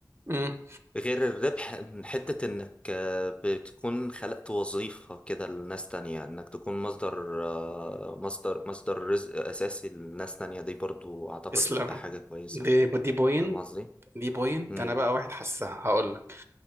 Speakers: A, on the right; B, on the left.
A: مم،
B: غير الربح إن حتة انك آه، بتكون خلقت وظيفة كده لناس تانية انك تكون مصدر آه، مصدر مصدر رزق اساسي لناس تانية دي برضو اعتقد
A: تسلم
B: بتبقى حاجة كويسة
A: دي دي بوينت
B: فاهم قصدي؟
A: دي بوينت
B: مم.
A: انا بقى واحد حسها هقول لك